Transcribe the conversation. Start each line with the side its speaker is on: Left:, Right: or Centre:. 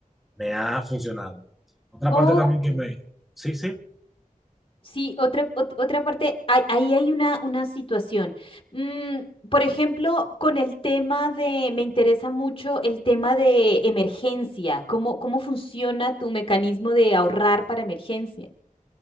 Centre: me ha funcionado. Otra
Left: Ok.
Centre: parte también que me... Sí, sí.
Left: Sí, otra, ot- otra parte, hay- ahí hay una, una situación. Mm, por ejemplo, con el tema de, me interesa mucho el tema de emergencia. ¿Cómo, cómo funciona tu mecanismo de ahorrar para emergencia?